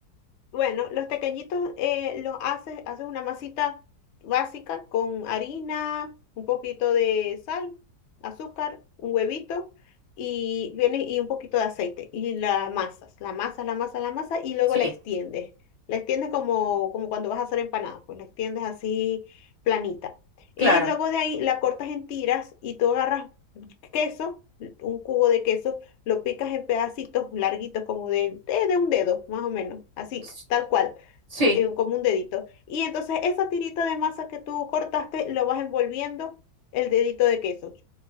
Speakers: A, on the left (about 60°); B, on the right (about 30°).
A: Bueno, los tequeñitos eh, los haces, haces una masita básica con harina, un poquito de sal, azúcar, un huevito y viene y un poquito de aceite y la amasas, la amasas, la amasas, la amasas y luego
B: Sí,
A: la extiendes. La extiendes como, como cuando vas a hacer empanadas, pues la extiendes así planita. Y
B: claro.
A: luego de ahí la cortas en tiras y tú agarras queso, un cubo de queso lo picas en pedacitos larguitos, como de, de, de un dedo, más o menos, así,
B: S-
A: tal cual,
B: Sí.
A: eh, como un dedito. Y entonces esa tirita de masa que tú cortaste, lo vas envolviendo el dedito de queso.